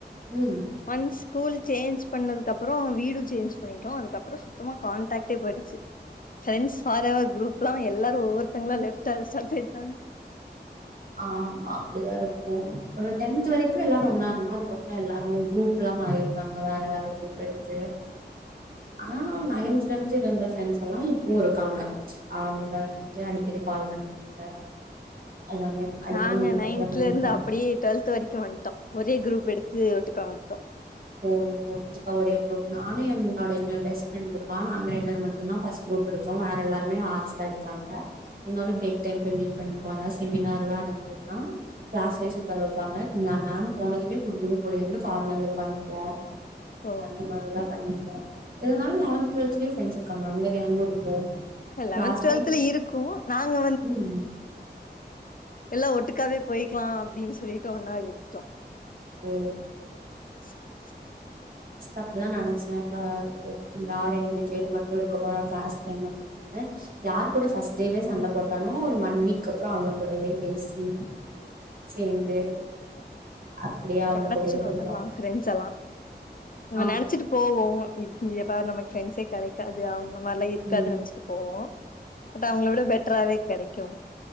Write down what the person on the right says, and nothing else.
ம்
ஆமா அப்படிதான் இருக்கும் ஒரு டென்த் வரைக்கும் எல்லாரும் ஒன்னா இருந்தும் அதுக்கப்புறம் எல்லாரும் குரூப் எல்லாம் மாறி அங்க வேற வேற குருப் இது னா நைன்த்ல இருந்து இருந்த ஃப்ரென்ஸ் ல்லாம் இப்பவும் இருக்காங்க அவுங்க வந்துட்டு அடிக்கடி கால் பண்ணுவாங்க எல்லாமே அடிக்கடி
மீட்டப்லா
பண்ணிப்போ
<unintelligible> நீங்க ஒட்டுக்கா ஒரே குரூப் நானு என்னோட என்னோட பெஸ்ட் ஃப்ரெண்ட் இருக்கா நாங்க ரெண்டுர் மட்டும் தான் ஃபர்ஸ்ட் குரூப் எடுத்தோம் வேற எல்லாருமே ஆட்ஸ் தான் எடுத்தாங்க இருந்தாலும் பிரேக் டைம் போய் மீட் பண்ணி போம் ஏதாது செமினார்ல்லாம் இருந்ததுன்னா கிளாஸ்வைஸ் உக்கார வப்பாங்க நான் மேம் போனதுமே குடுகடுனு ஒடி வந்து கார்னர்ல உட்காந் ஆஹ்
அந்த மாதிரிதான் பண்ணிப்போன் இருந்தாலும் லெவன்த் டுவெல்த்லையும் ஃப்ரென்ஸ் இருக்காங்க அந்த கேங்கும் இருக்கும் கிளாஸ்
உம்
உம்
அப்டிதான் நினச்சேன் யா ரெண்டு பேரு மட்டும் இருக்க போறா கிளாஸ் டைம் அப்படின்னு யார் கூட ஃபர்ஸ்ட் டேவே சண்ட போட்டானோ ஒரு ஒன் வீக் அப்புறம் அவங்க கூடவே பேசி சேந்து அப்டியே அவங்க
கூடயே போயிட்டோ
ஆமா
ம்